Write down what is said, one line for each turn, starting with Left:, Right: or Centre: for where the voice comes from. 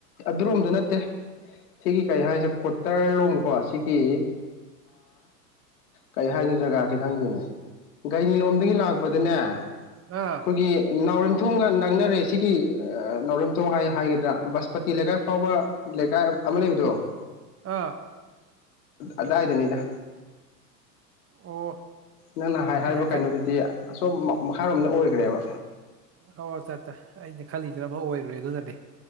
Left: ꯑꯗꯨꯔꯣꯝꯗ ꯅꯠꯇꯦ ꯁꯤꯒꯤ ꯀꯩ ꯍꯥꯏꯁꯦ ꯀꯣꯇꯔ ꯂꯣꯝꯀꯣ ꯁꯤꯒꯤ ꯀꯩ ꯍꯥꯏꯅꯣ ꯖꯒꯥꯁꯤ ꯈꯪꯗꯦꯅꯦ ꯒꯩꯅꯤ ꯂꯣꯝꯗꯒꯤ ꯂꯥꯛꯄꯗꯅꯦ ꯑꯩꯈꯣꯏꯒꯤ
Right: ꯑꯥ
Left: ꯅꯥꯎꯔꯦꯝ ꯊꯣꯡꯒꯥꯟ ꯅꯪꯅꯔꯦ ꯁꯤꯒꯤ ꯅꯥꯎꯔꯦꯝꯇꯣꯡ ꯍꯥꯏ ꯍꯥꯏꯒꯗ꯭ꯔꯥ ꯕꯁꯄꯇꯤ ꯂꯩꯀꯥꯏ ꯐꯥꯎꯕ ꯂꯩꯀꯥꯏ ꯑꯃ ꯂꯩꯕꯗꯣ
Right: ꯑꯥ
Left: ꯑꯗꯨꯗꯥꯏꯗꯦꯅꯦꯗ
Right: ꯑꯣ
Left: ꯅꯪꯅ ꯍꯥꯏ ꯍꯥꯏꯕ
Right: ꯑꯩꯅ
Left: ꯀꯩꯅꯣꯗꯨꯗꯤ
Right: ꯈꯟ
Left: ꯑꯁꯣꯝ ꯃꯈꯥꯔꯣꯝꯗ ꯑꯣꯏꯈ꯭ꯔꯦꯕ
Right: ꯑꯣ ꯆꯠꯠꯇ ꯑꯩꯅ ꯈꯜꯂꯤꯁꯤꯅ ꯑꯃ ꯑꯣꯏꯔꯨꯔꯦ ꯑꯗꯨꯅꯗꯤ